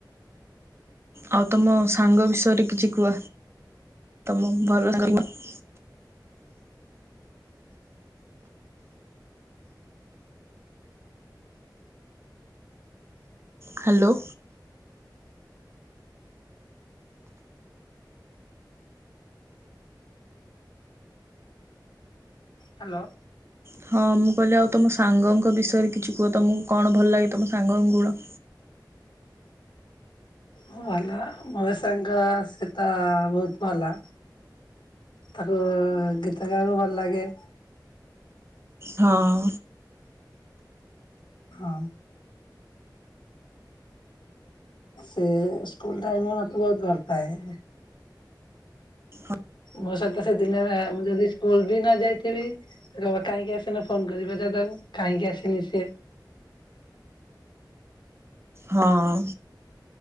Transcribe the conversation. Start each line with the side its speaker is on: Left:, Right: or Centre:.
Right: ଆଉ ତମ ସାଙ୍ଗ ବିଷୟରେ କିଛି କୁହ। ତମ ଭଲ <unintelligible> ହ୍ୟାଲୋ
Left: ହ୍ୟାଲୋ
Right: ହଁ ମୁଁ କହିଲି ଆଉ ତମ ସାଙ୍ଗଙ୍କ ବିଷୟରେ କିଛି କୁହ। ତମକୁ କଣ ଭଲ ଲାଗେ ତମ ସାଙ୍ଗଙ୍କ ଗୁଣ?
Left: ଭଲ ମ ସାଙ୍ଗ ସେତ ବହୁତ ଭଲ। ତାକୁ ଗୀତ ଗାଇବାକୁ ଭଲ ଲାଗେ।
Right: ହଁ
Left: ହଁ ସେ ସ୍କୁଲ ଟାଇମ ମତେ ବହୁତ ଭଲପାଏ।
Right: ହା
Left: ମୋ ସହିତ ସେ ଦିନେ ମୁଁ ଯଦି ସ୍କୁଲ ବି ନ ଯାଇଥିବି କହିଁକି ଆସିନୁ ଫୋନ କରିବେ ଦାଦା କାହିଁକି ଆସିନି ସେ
Right: ହଁ